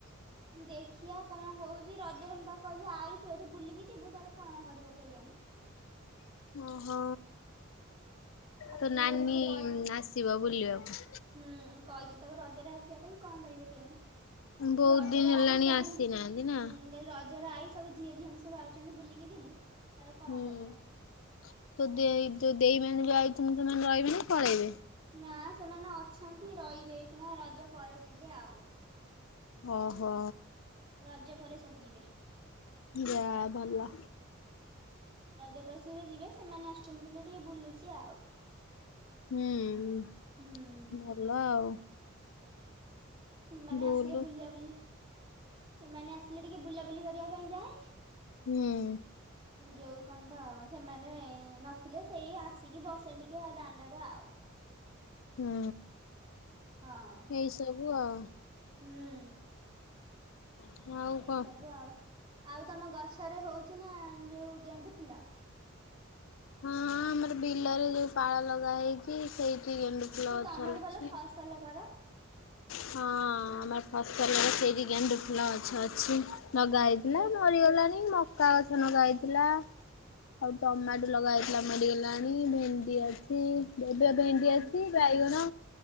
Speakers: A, on the right; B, on the left.
A: ଦେଖିଆ କଣ ହଉଛି ରଜରେ ମୁଁ ତାକୁ କହିଲି ଆଈ ତୁ ଏଠି ବୁଲିକି ଯିବୁ ତାର କଣ କରିବ କେଜାଣି?
B: ଓହୋ
A: ଆଉ
B: ତ
A: ପୁଅ
B: ନାନୀ
A: ଟିକେ ବଡ
B: ଆସିବ ବୁଲିବାକୁ।
A: ହୁଁ କହିଛି ତାକୁ ରଜରେ ଆସିବା ପାଇଁ କଣ କରିବ କେଜାଣି?
B: ବହୁତ
A: ରଜରେ
B: ଦିନ ହେଲାଣି
A: ଆଇ ସବୁ
B: ଆସିନାହାନ୍ତି ନା?
A: ହୁଁ ରଜରେ ଆଇ ଝିଅ ଝିଆନି ଆଉଛନ୍ତି ବୁଲିକି ଯିବୁ। ତାର କଣ
B: ହୁଁ
A: କରିବ।
B: ତ ଦେଇ ଦେଇ ମାନେ ଯୋଉ ଆଇଛନ୍ତି। ସେମାନେ ରହିବେ ନା ପଳେଇବେ?
A: ନା ସେମାନେ ଅଛନ୍ତି। ରହିବେ ହେଁଇ ଖିନା ରଜ ପରେ ଯିବେ ଆଉ।
B: ଓହୋ।
A: ରଜ ପରେ ସବୁ ଯିବେ।
B: ଯା ଭଲ।
A: ରଜପରେ ସେ ବି ଯିବେ ସେମାନେ ଆସୁଛନ୍ତି ବୋଲି ଟିକେ ବୁଲୁଛି ଆଉ।
B: ହୁଁ
A: ହୁଁ
B: ଭଲ ଆଉ।
A: ସେମାନେ
B: ବୁଲୁ
A: ଆସିଲେ ବୁଲା ବୁଲି ସେମାନେ ଆସିଲେ ଟିକେ ବୁଲାବୁଲି କରିବା ପାଇଁ ଯାଏ।
B: ହୁଁ।
A: ଯୋଉ କଣ ତ ସେମାନେ ନଥିଲେ ସେଇ ଆ। ଆସିକି ବସେ ଟିକେ ଆ ଦାଣ୍ଡରେ ଆଉ।
B: ହୁଁ
A: ହଁ
B: ଏଇ ସବୁ ଆଉ।
A: ହୁଁ।
B: ଆଉ
A: ଏଇ
B: କଣ?
A: ସବୁ ଆଉ ଆଉ ତମ ଗଛରେ ହଉଛି ନା ଯୋଉ ଗେଣ୍ଡୁ ଫୁଲ।
B: ହୁଁ ଆମର ବିଲରେ ଯୋଉ ପାଳ ଲଗା ହେଇଛି ସେଇଠି ଗେଣ୍ଡୁ ଫୁଲ
A: କି
B: ଗଛ
A: ତମର
B: ଅଛି।
A: ଭଲ ଫସଲ କର?
B: ହଁ ଆମର ଫସଲ ରେ ସେଇଠି ଗେଣ୍ଡୁ ଫୁଲ ଗଛ ଅଛି ନଗା ହେଇ ନା
A: ଗ
B: ମରିଗଲାଣି ମ ମକା ଗଛ ଲଗା ହେଇଥିଲା ଆଉ ଟମାଟୋ ଲଗା ହେଇଥିଲା ମରିଗଲାଣି ଭେଣ୍ଡି ଅ ଛି ଏବେ ଭେଣ୍ଡି
A: ହୁଁ
B: ଅଛି ବାଇଗଣ